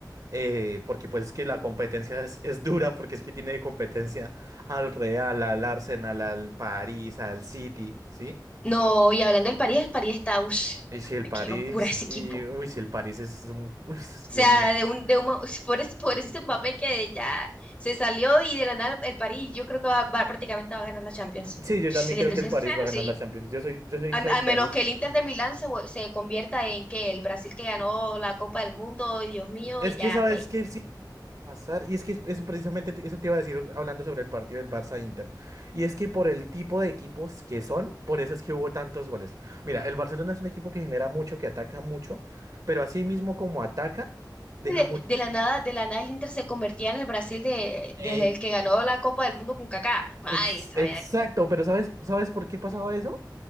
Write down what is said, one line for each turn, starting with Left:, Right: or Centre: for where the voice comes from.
Right: eh, porque pues es que la competencia es, es dura, porque es que tiene competencia al Real, al Arsenal, al París, al City, ¿sí?
Left: No, y hablando del París, el París está, uff,
Right: Y si el París,
Left: qué locura ese
Right: y
Left: equipo.
Right: uy, si el París es un, uy,
Left: sea,
Right: Dios mío.
Left: de un, de un, mo- <laughs> por, es- por ese Mbappé que ya se salió y de la nada el París, yo creo que va, va- prácticamente va a ganar la Champions.
Right: Sí, yo
Left: Si
Right: también creo
Left: te
Right: que
Left: Sí,
Right: el
Left: yo
Right: París
Left: soy también.
Right: va a ganar
Left: sí.
Right: la Champions. Yo soy, yo soy hincha
Left: A,
Right: del
Left: a menos
Right: París.
Left: que el Inter de Milán se, vu- se convierta en que el Brasil que ganó la Copa del Mundo, Dios mío,
Right: Es
Left: ya
Right: que sabes
Left: está ahí.
Right: qué sí va a pasar, y es que eso precisamente te- eso te iba a decir hablando sobre el partido del Barça Inter. Y es que por el tipo de equipos que son, por eso es que hubo tantos goles. Mira, el Barcelona es un equipo que genera mucho, que ataca mucho, pero así mismo como ataca, deja
Left: De,
Right: mucho.
Left: de la nada, de la nada el Inter se convertía en el Brasil de,
Right: Eh,
Left: de el que ganó la Copa del Mundo con Kaká. Ay,
Right: Ex-
Left: estaba
Right: exacto,
Left: bien.
Right: pero ¿sabes, sabes por qué pasaba eso?